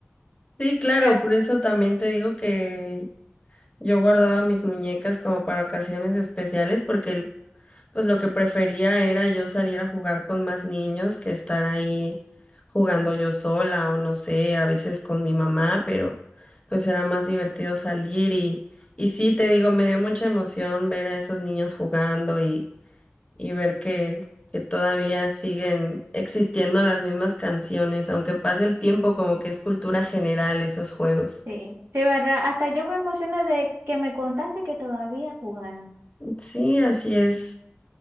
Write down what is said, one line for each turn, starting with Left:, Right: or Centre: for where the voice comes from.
Left: Sí, claro,
Right: Ah,
Left: por eso también te digo que yo guardaba mis muñecas como para ocasiones especiales porque Pues lo que prefería era yo salir a jugar con más niños que estar ahí jugando yo sola o no sé, a veces con mi mamá, pero pues era más divertido salir y, y sí, te digo, me dio mucha emoción ver a esos niños jugando y, y ver que, que todavía siguen existiendo las mismas canciones, aunque pase el tiempo, como que es cultura general esos juegos.
Right: Sí, sí, ¿verdad? Hasta yo me emocioné de que me contaste que todavía jugaran.
Left: Sí, así es.